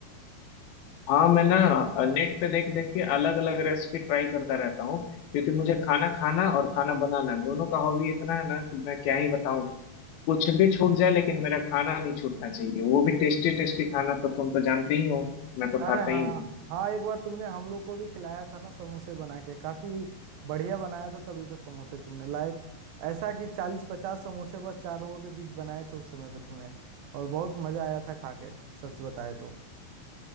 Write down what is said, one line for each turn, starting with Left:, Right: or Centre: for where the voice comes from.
Left: हाँ मैं ना नेट पे देख देख के अलग अलग रेसिपी ट्राई करता रहता हूँ क्योंकि मुझे खाना खाना और खाना बनाना दोनों का हॉबी इतना है ना कि मैं क्या ही बताऊँ कुछ भी छूट जाए लेकिन मेरा खाना नहीं छूटना चाहिए वो भी टेस्टी टेस्टी खाना तो तुम तो जानते ही हो मैं तो
Right: अरे
Left: खाता
Right: हाँ
Left: ही हूँ
Right: हाँ एक बार तुमने हम लोग को भी खिलाया था ना समोसे बना के काफी बढ़िया बनाया था तभी तो समोसे तुमने लाइक ऐसा कि चालीस पचास समोसे बस चार लोगों के बीच बनाए थे उस समय पे तुमने और बहुत मजा आया था खा के सच बताए तो